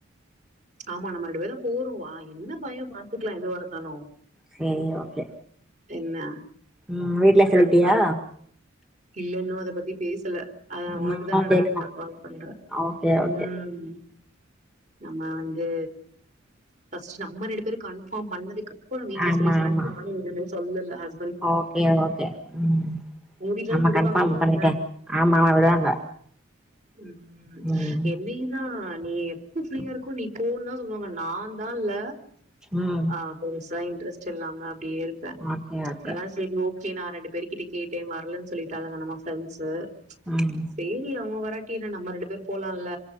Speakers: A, on the right (about 35°); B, in the centre.
A: ஆமா நம்ம ரெண்டு பேரும் போறோ வா என்ன பயோ பாத்துக்லா எது வர ஹலோ
B: செரி ஓகே
A: என்ன
B: ம் வீட்ல சொல்லிட்டியா
A: அதனால இல்ல இன்னு அத பத்தி பேசல அத ஒனக்குதா
B: நாந்தா
A: நா
B: கேக்கணு
A: டைரக்டா கால் பண்றே
B: ஓகே
A: ம்
B: ஓகே
A: நம்ம வந்து ஃபர்ஸ்ட்டு நம்ம ரெண்டு பேரு கன்ஃபார்ம் பண்ணதுக்கட் பறொ வீட்ல
B: ஆமா
A: சொல்லிக்லான்ட்டு
B: ஆமா
A: நானு எதுமே சொல்லல ஹஸ்
B: ஓகே ஓ கே ம்
A: உங்க வீட்லல்லா
B: நம்ம
A: விடுவாங்கல்ல
B: கன்ஃபார்ம் பண்ணிட்டு
A: என்ன
B: ஆமா விடுவாங்க
A: ம்
B: ம்
A: என்னையுந்தா நீ எப்ப ஃப்ரீயா இருக்கோ நீ போன்தா சொல்லுவாங்க நாந்தால்ல
B: ம்
A: ஆது சயின் ட்ரெஸ்ட்டில்லாம அப்டியே இருப்பே
B: ஓகே ஓகே
A: அதா சரி ஓ கே நா ரெண்டு பேரு கிட்ட கேட்டே வரலன் சொல்லிட்டாளுங்க நம்ம ஃப்ரண்ட்ஸு
B: ம்
A: சேரி அவுங்க வ ர்லாட்டி என்ன நம்ம ரெண்டு பேர் போலால்ல